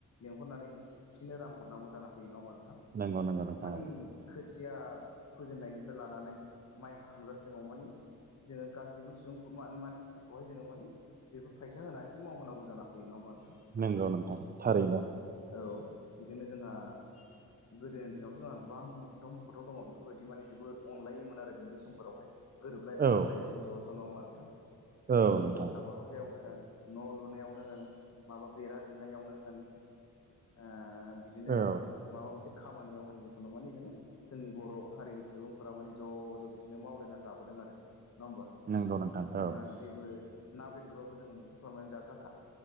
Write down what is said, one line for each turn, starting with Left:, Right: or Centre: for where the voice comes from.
Left: लेंहरनानै बिसोरनो रां हरनांगौ जाना फैयो नंङा होबा नोंथां
Right: नंगौ नंगौ नोंथां
Left: माने
Right: औ
Left: खोथिया फुजेननायनिफ्राय लानानै माइ हाखांजासिमाव माने जोंङो गासैबो सुबुं मानसिफोरखौहाय जोंङो माने। बेफोर फैसा होनानैसो मावहोनांगौ जाना फैयो नङा होमबा नोंथां
Right: नंगौ नोंथां थारैनो।
Left: औ बिदिनो जोंहा। गोदोनि दिनावथ' जोंहा गोबां मख'थाव मख'थाव दङ बेफोरबायदि माने जोबोद अनलायोमोन आरो जों बै समफोरावहाय। गोरोबलायनानै
Right: औ
Left: थायोमोन ज' ज' नङा' होमबा नोंथां।
Right: औ नोंथां।
Left: हाबा हुखायावनो होन न' लुनायावनो होन माबा बेरा दुमनायावनो होन। ओ बिदिनो
Right: औ
Left: माबा मोनसे खामानियाव होन जेखुनु माने जोंङो जोंनि बर' हारिनि सुबुंफोरा माने ज' ज' बिदिनो मावलायना जाबोदों आरो। नङा होमबा
Right: नंगौ नोंथां
Left: जोंहा
Right: औ
Left: जेबो ना बेदरबाबो जोंङो मैहुर खालामनानै जाग्राखा।